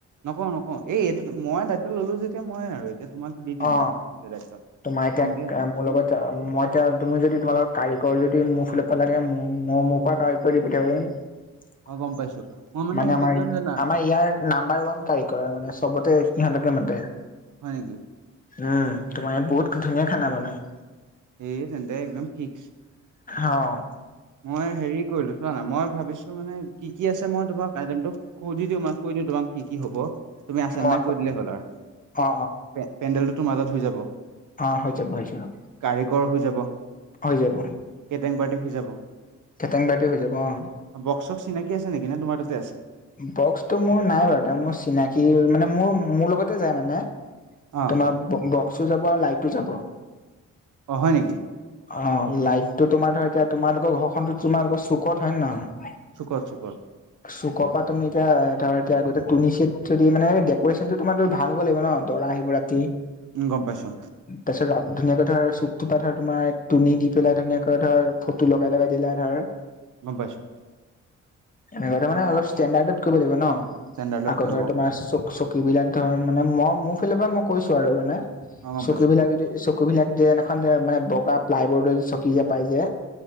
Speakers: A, on the right; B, on the left.
A: নকওঁ-নকওঁ। এইটোতো মই দায়িত্ব ল'লো যেতিয়া মই আৰু- তেতিয়া তোমাক দি-দিম
B: অ
A: মই ৰেটত,
B: তোমাৰ এতিয়া
A: তেন্তে
B: মোৰ লগত যা' মই এতিয়া তুমি যদি তোমালোকত কাৰিকৰ যদি মোৰ ফালৰ পৰা লাগে মোৰ মই মোৰ পৰা কাৰিকৰ দি পঠিয়াব পাৰিবি তই।
A: অ গম পাইছো মই
B: মানে আমাৰ,
A: কি কৰিম জানা
B: আমাৰ ইয়াৰ- নাম্বাৰ ওৱান কাৰিকৰ মানে চবতে সিহঁতকে মাতে।
A: হয় নেকি।
B: উমঁ, তোমাৰ বহুত ধুনীয়া খানা বনাই।
A: এই তেন্তে একদম ফিক্স।
B: অঁহ'।
A: মই হেৰি কৰিলো চোৱা না' মই ভাবিছো মানে কি কি আছে মই তোমাৰ আইটেমটোক সুধি দিওঁ মই, কৈ দিওঁ তোমাক কি কি হ'ব, তুমি আছা নে
B: অ
A: নাই কৈ দিলেই হ'ল আৰু।
B: অ অ
A: পেণ্ডেলটোতো মাজত হৈ যাব।
B: অঁহ', -হৈ যাব-হৈ যাব।
A: কাৰিকৰ হৈ যাব।
B: হৈ যাব।
A: কেটেং পাৰ্টি হৈ যাব।
B: কেটেং পাৰ্টি হৈ যাব অঁ',।
A: বক্স-চক্স চিনাকি আছে নেকি না তোমাৰ তা'তে আছে?
B: বক্সটো মোৰ নাই বাৰু মোৰ চিনাকি মানে মোৰ-মোৰ লগতে যায় মানে।
A: অ
B: তোমাৰ বক্সো যাব আৰু লাইটো যাব।
A: অ', -হয় নেকি।
B: অঁ', লাইটো তোমাৰ ধৰ এতিয়া তোমালোকৰ ঘৰখনতো তোমালোকৰ চুকত হয় নে নহয়?
A: চুকত-চুকত।
B: চুক পৰা তুমি এতিয়া ধৰ এতিয়া তুনি চিত যদি মানে ডেক'ৰেচনটো তোমাৰ ভাল হ'ব লাগিব ন' দৰা আহিব ৰা- তি।
A: উমঁ, গম পাইছো।
B: তাৰপিছত ধুনীয়াকে ধৰ চুকটোপা ধৰ তোমাৰ তুনি দি পেলাই ধুনীয়াকে ধৰ ফটো লগাই-লগাই দিলে ধৰ
A: গম পাইছো।
B: এনেকুৱো মানে অলপ ষ্টেণ্ডাৰ্ড কৰিব লাগিব ন'
A: ষ্টেণ্ডাৰ্ডত
B: আকৌ
A: কৰিম
B: ধৰ
A: অ
B: তোমাৰ চুক-চুক- চকী বিলাক ধৰ মানে মই মোৰ ফালৰ পৰা মই কৈছো আৰু মানে,
A: অ গম
B: চকী
A: পাইছো
B: বিলাক যদি- চকীবিলাক যে এখন মানে বগা প্লাই বৰ্ড চকি যে পাই যে।